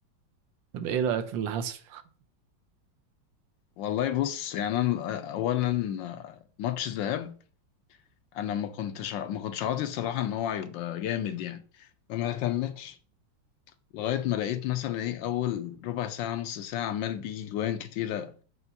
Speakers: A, on the right; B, on the left.
A: طب ايه رايك في اللي حصل
B: والله بص يعني انا اولا ماتش ذهاب انا ما كنتش ما كنتش عاطي الصراحة ان هو هيبقى جامد يعني فما اهتمتش لغاية ما لقيت مثلا ايه اول ربع ساعة نص ساعة عمال بيجي جوان كتيرة